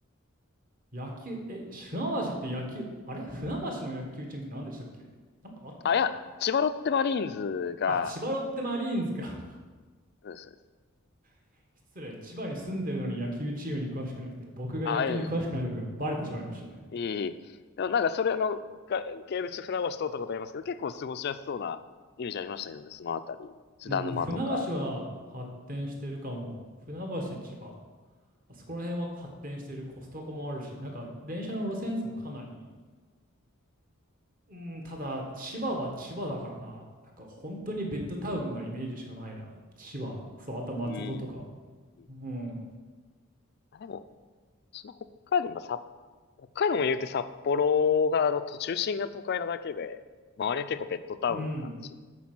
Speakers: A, on the right (about 40°); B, on the left (about 50°).
A: 野球、え、船橋って野球、あれ船橋の野球チームって何でしたっけなんかあったっけ
B: あ、いや、千葉ロッテマリーンズが、
A: あ、千葉ロッテマリーンズか。
B: そうです。そうです
A: <laughs> 失礼、千葉に住んでるのに野球チームに詳しくなくて、僕が野球に詳しくないところがバレてしまいましたね。
B: あ、ええいい。でもなんかそれのか系でちょっと船橋通ったことありますけど、結構過ごしやすそうなイメージありましたけどね、そのあたり。津田沼とか。
A: うん、船橋は発展してるかも。船橋、千葉。あそこら辺は発展してるコストコもあるし、なんか電車の路線図もかなり、うん、ただ千葉は千葉だからな、なんか本当にベッドタウンなイメージしかないな、千葉。そう、あと松戸とか。
B: うーん。うん
A: うん。
B: あ、でも、その北海道、まあ、札北海道も言うて札幌が、の中心が都会なだけで、周りは結構ベッドタウンな感じなの。
A: うん。